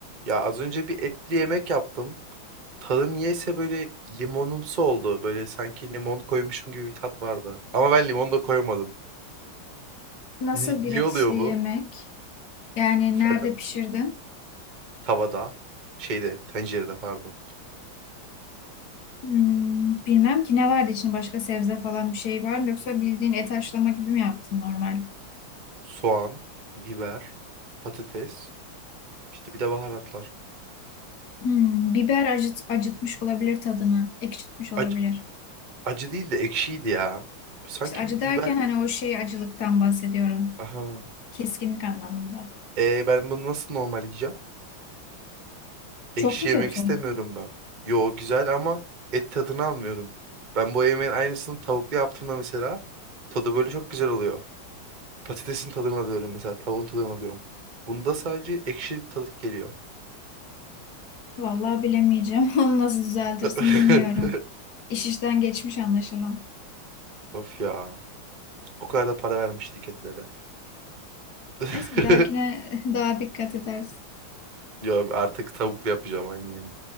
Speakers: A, on the right (about 30°); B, on the left (about 55°).
A: Ya az önce bir etli yemek yaptım. Tadı niyeyse böyle limonumsu oldu. Böyle sanki limon koymuşum gibi bir tat vardı. Ama ben limon da koymadım.
B: Nasıl
A: Ni-
B: bir
A: niye
B: etli
A: oluyor
B: yemek?
A: bu?
B: Yani
A: Efendim?
B: nerede pişirdin?
A: Tavada, şeyde, tencerede pardon.
B: Hmm, bilmem ki ne vardı içinde başka sebze falan bir şey var mı? Yoksa bildiğin et haşlama gibi mi yaptın normal?
A: Soğan, biber, patates, işte bir de baharatlar.
B: Hmm, biber acıt, acıtmış olabilir tadını. Ekşitmiş olabilir.
A: Acı, acı değil de ekşiydi ya. Sanki
B: İşte acı
A: bir
B: derken
A: biber...
B: hani o şey acılıktan bahsediyorum.
A: Aha.
B: Keskinlik anlamında.
A: E ben bunu nasıl normal yiyeceğim?
B: Çok
A: Ekşi
B: mu
A: yemek
B: kötü?
A: istemiyorum ben. Yo güzel ama et tadını almıyorum. Ben bu yemeğin aynısını tavuklu yaptığımda mesela tadı böyle çok güzel oluyor. Patatesin tadını alıyorum mesela tavuğun tadını alıyorum. Bunda sadece ekşi tadı geliyor.
B: Vallahi bilemeyeceğim. <laughs> Onu nasıl düzeltirsin
A: <laughs>
B: bilmiyorum. İş işten geçmiş anlaşılan.
A: Of ya. O kadar da para vermiştik etlere. <laughs>
B: Neyse bir dahakine <laughs> daha dikkat edersin.
A: Yo artık tavuklu yapacağım aynı yemeği.